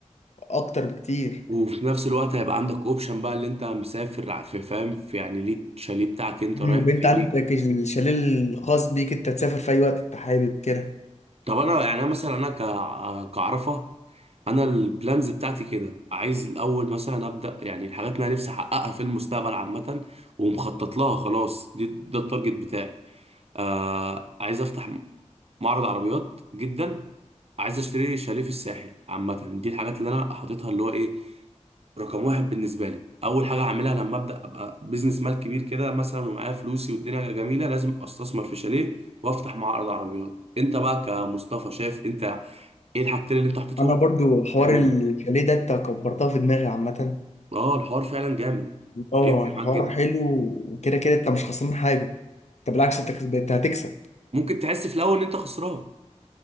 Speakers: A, on the left; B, on the right.
A: اكتر بكتير
B: وفي نفس الوقت هيبقى عندك اوبشن بقى اللي انت مسافر ع- في فاهم في يعني ليك شاليه بتاعك انت رايح
A: يبقى
B: فيه
A: انت عندك الشاليه الخاص بيك انت تسافر في اي وقت انت حابب كده
B: طب انا يعني انا مثلا انا ك- كعرفه انا البلانز بتاعتي كده عايز الاول مثلا ابدا يعني الحاجات اللي انا نفسي احققها في المستقبل عامه ومخطط لها خلاص دي ده التارجت بتاعي آه عايز افتح معرض عربيات جدا عايز اشتري شاليه في الساحل عامه دي الحاجات اللي انا حاططها اللي هو ايه رقم واحد بالنسبه لي اول حاجه هعملها لما ابدا ابقى بزنس مال كبير كده مثلا ومعايا فلوسي والدنيا جميله لازم استثمر في شاليه وافتح معرض عربيات انت بقى كمصطفى شايف انت ايه الحاجتين اللي انت حطيتهم
A: انا برضو حوار
B: تعمله
A: الشاليه ده انت كبرتها في دماغي عامه
B: اه الحوار فعلا جامد
A: اه
B: هيفرق
A: الحوار
B: معاك جدا
A: حلو وكده كده انت مش خسران حاجه انت بالعكس انت كسب- انت هتكسب
B: ممكن تحس في الاول ان انت خسران